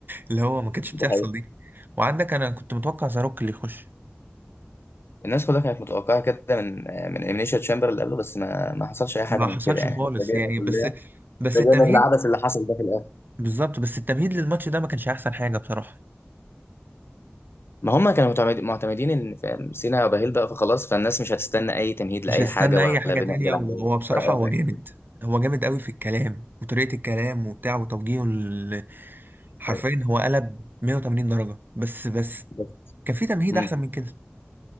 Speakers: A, on the right (about 55°); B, on the left (about 80°).
A: اللي هو ما كانتش بتحصل
B: دي
A: دي وعندك أنا كنت متوقع زاروك اللي يخش
B: الناس كلها كانت متوقعة كده من من إليمينيشن تشامبر اللي قبله بس ما ما حصلش أي حاجة
A: ما
B: من
A: حصلش
B: كده يعني
A: خالص
B: إحنا اتفاجئنا
A: يعني
B: كلنا
A: بس بس
B: اتفاجئنا
A: التمهيد
B: بالعبث اللي حصل ده في الآخر
A: بالظبط بس التمهيد للماتش ده ما كانش أحسن حاجة بصراحة
B: ما هم كانوا معتمد- معتمدين إن فاهم، سينا وبهيل بقى فخلاص فالناس مش هتستنى أي تمهيد لأي
A: مش هستنى
B: حاجة ولا
A: أي حاجة
B: بناء
A: تانية
B: للعداوة
A: وهو
B: دي
A: بصراحة
B: ولا أي
A: هو
B: حاجة
A: جامد هو جامد قوي في الكلام وطريقة الكلام وبتاع وتوجيهه ال- حرفيا
B: فاهم؟
A: هو قلب 180 درجة بس بس
B: بس
A: كان في تمهيد
B: مم.
A: أحسن من كده